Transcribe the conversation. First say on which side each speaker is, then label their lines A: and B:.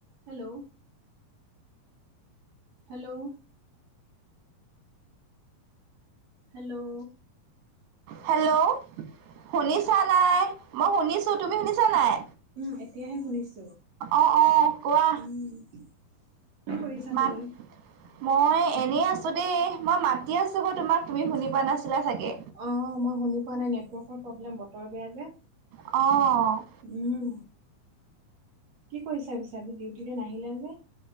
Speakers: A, on the right; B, on the right.
A: Hello. Hello hello
B: hello শুনিছা নাই? মই শুনিছো, তুমি শুনিছা নাই?
A: উম, এতিয়াহে শুনিছো।
B: অ'অ' কোৱা।
A: উম। কি কৰিছা
B: মাত।
A: তুমি
B: মই এনেই আছো দেই। মই মাতি আছো ব তোমাক তুমি শুনি পোৱা নাছিলা চাগে।
A: অঁ মই শুনি পোৱা নাই নেটৱৰ্কৰ প্ৰব্লেম বতৰ বেয়া যে।
B: অঁ
A: উম, কি কৰিছা পিছে আজি ডিউটিলে নাহিলা যে?